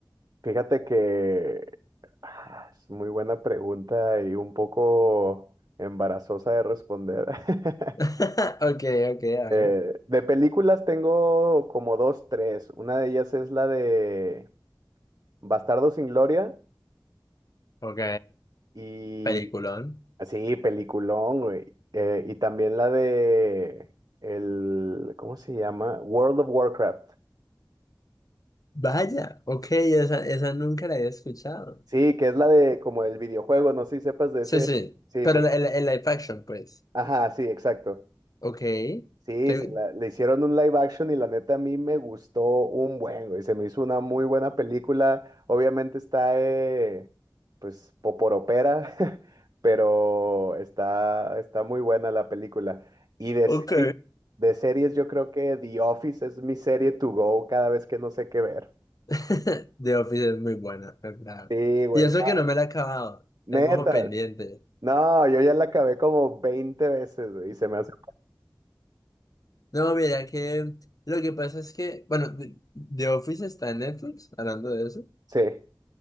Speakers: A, on the right (about 55°); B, on the left (about 50°).
A: Fíjate que ah, es muy buena pregunta y un poco embarazosa de responder. <laughs>
B: <laughs> Ok, ok, a ver.
A: Eh, de películas tengo como dos, tres. Una de ellas es la de Bastardo sin Gloria
B: Ok,
A: y
B: peliculón.
A: sí, peliculón, güey. Eh, y también la de el, ¿cómo se llama? World of Warcraft.
B: Vaya, ok, esa, esa nunca la había escuchado.
A: Sí, que es la de como el videojuego, no sé si sepas de
B: Sí,
A: ese.
B: sí,
A: Sí,
B: pero
A: pues,
B: el, el, el live action, pues.
A: ajá, sí, exacto.
B: Ok.
A: Sí,
B: Te-
A: se la- le hicieron un live action y la neta a mí me gustó un buen, güey. Se me hizo una muy buena película. Obviamente está, eh, pues, poporopera, <laughs> pero está, está muy buena la película. Y de
B: Ok.
A: serie- de series yo creo que The Office es mi serie to go cada vez que no sé qué ver.
B: <laughs> The Office es muy buena, en verdad.
A: Sí, güey,
B: Y eso
A: no,
B: que no me la he acabado,
A: neta.
B: tengo ojo pendiente.
A: No, yo ya la acabé como 20 veces, güey, y se me hace...
B: No, mira que lo que pasa es que, bueno, The The Office está en Netflix, hablando de eso.
A: Sí,